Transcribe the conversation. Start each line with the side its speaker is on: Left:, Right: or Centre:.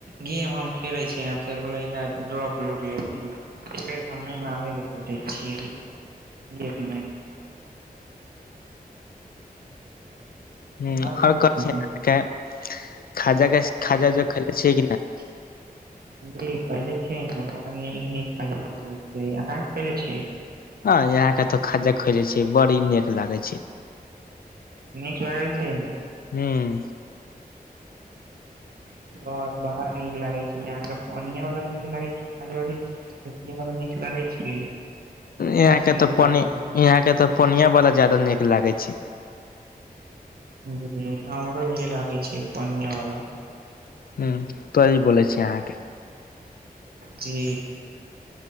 Right: गेम हम खेले छियै ने त ड्रॉप लूट ले <unintelligible> छिय <unintelligible>
Left: ह
Right: और कुछ
Left: आर कह छै
Right: ना
Left: खाजा खाजा ज खे छियै कि नै
Right: <inaudible> जी खैले छीयै नीक नीक खा अहाँ खले छी
Left: ह यहा के तो ख खैले छी बड़ी नीक लागे छै
Right: नीक लागै छै
Left: हुॅं
Right: बस बरा नीक लागै छै अहाँके पनिया बाला नीक लागै छै खाजा की एथिये वाला नीक लागै छै
Left: इहाँके
Right: और की
Left: तऽ
Right: लागै
Left: पनी
Right: छै?
Left: इहाँके तऽ पनिया बाला जदा नीक लागे छै
Right: ह हमरो नीक लागे छै पनिया ब
Left: ह तो ई ब छीये अहाँके
Right: जी